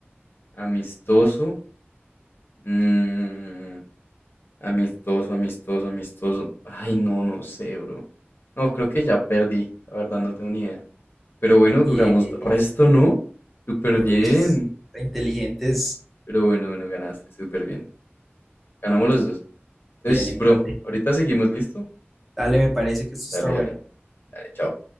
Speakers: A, on the left; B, in the centre.
A: amistoso, mm, amistoso, amistoso, amistoso. Ay, no, no sé, bro. No, creo que ya perdí, la verdad no tengo ni idea. Pero bueno,
B: Bien.
A: duramos resto, ¿no? Súper
B: Uy,
A: bien.
B: re inteligentes.
A: Pero bueno, bueno, ganaste, súper bien. Ganamos los dos. Entonces,
B: Bien, empate.
A: bro, ahorita seguimos, ¿listo?
B: Dale, me parece que esto
A: Dale,
B: está bueno.
A: dale, dale, chao.